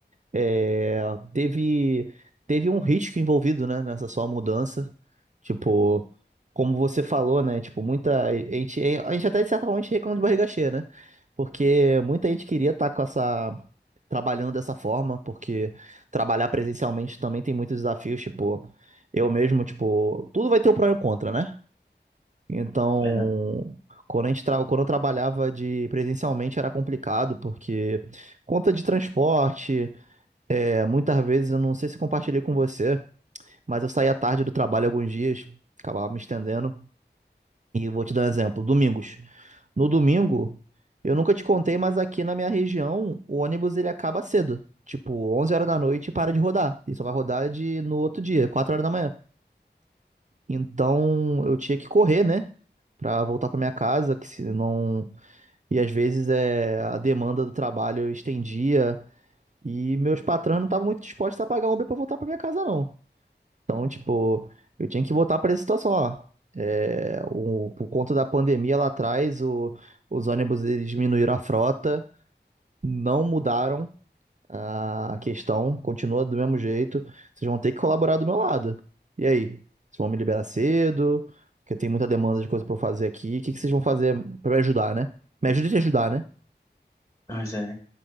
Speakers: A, on the right; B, on the left.
A: é, teve, teve um risco envolvido, né? Nessa sua mudança. Tipo, como você falou, né? Tipo, muita... A gente, a gente até, de certa forma, a gente reclama de barriga cheia, né? Porque muita gente queria estar com essa... Trabalhando dessa forma, porque trabalhar presencialmente também tem muitos desafios, tipo... Eu mesmo, tipo... Tudo vai ter o pró e o contra, né? Então,
B: Verdade.
A: quando a gente tra... quando eu trabalhava de presencialmente era complicado, porque conta de transporte, é, muitas vezes eu não sei se compartilhei com você, mas eu saía tarde do trabalho alguns dias, acabava me estendendo. E vou te dar um exemplo, domingos. No domingo, eu nunca te contei, mas aqui na minha região, o ônibus ele acaba cedo, tipo 11 horas da noite e para de rodar. E só vai rodar de no outro dia, 4 horas da manhã. Então eu tinha que correr, né? Pra voltar pra minha casa, que se não. E às vezes é... a demanda do trabalho eu estendia e meus patrões não estavam muito dispostos a pagar um Uber pra voltar pra minha casa, não. Então, tipo, eu tinha que botar pra essa situação, ó. É, o... Por conta da pandemia lá atrás, o... os ônibus eles diminuíram a frota, não mudaram. A questão continua do mesmo jeito. Vocês vão ter que colaborar do meu lado. E aí? Vocês vão me liberar cedo? Porque tem muita demanda de coisa pra eu fazer aqui. O que que vocês vão fazer pra me ajudar, né? Me ajuda a te ajudar, né?
B: Pois é.